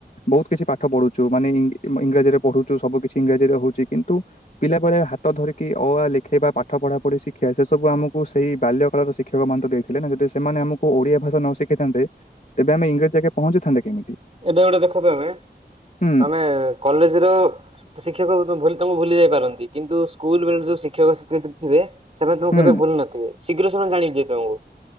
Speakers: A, on the left; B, on the right.
A: ବୋହୁତ କିଛି ପାଠ ପଢୁଚୁ ମାନେ ଇଂ ଇଂରାଜୀରେ ପଢୁଚୁ ସବୁ କିଛି ଇଂରାଜୀରେ ହୋଉଚି କିନ୍ତୁ ପିଲାପଳେ ହା ତ ଧରିକି ଅ ଆ ଲେଖେଇବା ପାଠ ପଢ଼ାପଢ଼ି ଶିକ୍ଷା ସେ ସବୁ ଆମକୁ ସେଇ ବାଲ୍ୟକଳର ଶିକ୍ଷକମାନ ଦେଇଥି ଥିଲେ ନା ଯଦି ସେମାନେ ଆମକୁ ଓଡିଆଭାଷା ନ ଶିଖେଇଥାନ୍ତେ ତେବେ ଆମେ ଇଂରାଜୀ ଯାକେ ପହଞ୍ଚିଥାନ୍ତେ କେମିତି?
B: ଏବେ ଗୋଟେ ଦେଖ ତମେ
A: ହୁଁ
B: ଆମେ କଲେଜର ଶ୍ ଶିକ୍ଷକ ବିତ ଭୁଲା ତମକୁ ଭୁଲି ଯାଇପାରନ୍ତି କିନ୍ତୁ ସ୍କୁଲବେଳୁ ଯୋଉ ଶିକ୍ଷକ ଶିକ୍ଷତ୍ରୀ ଯିବେ ସେମାନେ ତମକୁ
A: ହୁଁ
B: କେବେ ଭୁଲି ନଥିବେ। ଶୀଘ୍ର ସେମାନେ ଜାନିଯିବେ ତମକୁ?